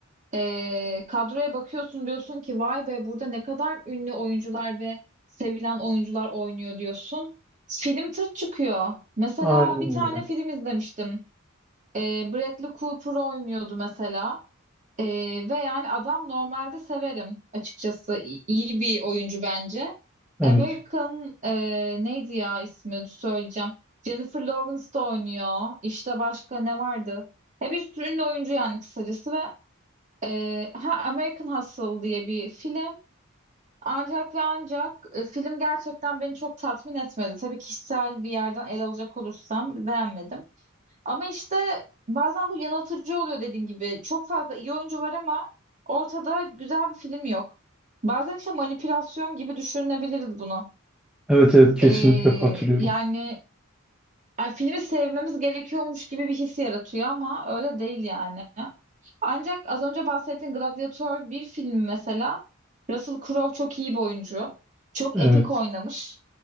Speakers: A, on the right (about 35°); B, in the centre.
A: Ee, kadroya bakıyorsun diyorsun ki vay be burada ne kadar ünlü oyuncular ve sevilen oyuncular oynuyor diyorsun. Film tırt çıkıyor. Mesela
B: Aynen
A: bir tane
B: öyle.
A: film izlemiştim. Ee, Bradley Cooper oynuyordu mesela. Ee, ve yani adam normalde severim açıkçası. İ- iyi bir oyuncu bence. American
B: Evet.
A: e, neydi ya ismi Dur söyleyeceğim. Jennifer Lawrence da oynuyor. İşte başka ne vardı? E bir sürü ünlü oyuncu yani kısacası ve ee, ha American Hustle diye bir film. Ancak ve ancak e, film gerçekten beni çok tatmin etmedi. Tabii kişisel bir yerden ele alacak olursam beğenmedim. Ama işte bazen bu yanıltıcı oluyor dediğin gibi. Çok fazla iyi oyuncu var ama ortada güzel bir film yok. Bazen işte manipülasyon gibi düşünebiliriz bunu.
B: Evet evet kesinlikle
A: Ee,
B: katılıyorum.
A: yani Ay, filmi sevmemiz gerekiyormuş gibi bir his yaratıyor ama öyle değil yani. Ancak az önce bahsettiğin Gladiator bir film mesela. Russell Crowe çok iyi bir oyuncu. Çok
B: Evet.
A: epik oynamış.